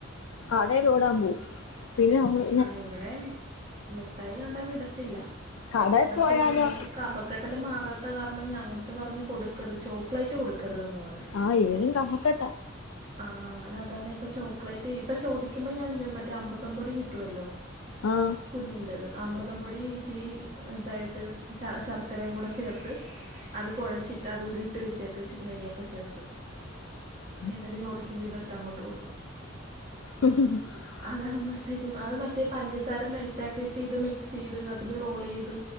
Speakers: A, on the left (about 85°); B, on the right (about 40°).
A: കടയില ഓടാൻ പോവും പിന്നെ നമ്മള്
B: ആ ഇവിടെ മിഠായി കണ്ടാ വിടത്തില്ല
A: കടയിൽ
B: പക്ഷെ
A: പോയാലോ
B: ഇത്ങ്ങക്ക് കപ ക്കെട്ടൽ മാറാത്ത കാരണം ഞങ്ങത്ത് പറഞ്ഞു കൊടുക്കരു ചോക്ലേറ്റ് കൊടുക്കരുതെന്ന് പറഞ്ഞു
A: ആഹ് ഇവനും കഫക്കെട്ടാ
B: ആഹ്ങ്ങനെ അതാരാണപ്പ ചോക്ലലേറ്റ് ഇപ്പൊ ചോദിക്ക്പോ ഞൻ എന്ത് ചെയ മറ്റേ അമൃതം പൊടി കി ട്ടൂല്ലോ
A: ആഹ
B: കുഞ്ഞിൻ്റേത് അമൃതം പൊടി ഇച്ചിരി ഇതായിട്ട് ശർക്കരയും കൂടെ ചേർത്ത് അത് കുഴച്ചിട്ട് അത് ഉരുട്ടി വെച്ചേക്കും ഇച്ചിരി നെയ്യൊക്കെ ചേർത്ത്
A: <inaudible>
B: എന്നിട്ട് ചോദിക്കുമ്പോ ഇതെടുത്ത് അങ്ങോട്ട് കൊടുക്കും
A: ഉ <unintelligible>
B: അതാകുമ്പോഴത്തേക്ക് അത് മറ്റേ പഞ്ചസാര മെൽറ്റ് ആക്കിയിട്ട് ഇത് മിക്സ് ചെയ്ത് അതില് റോൾ ചെയ്ത്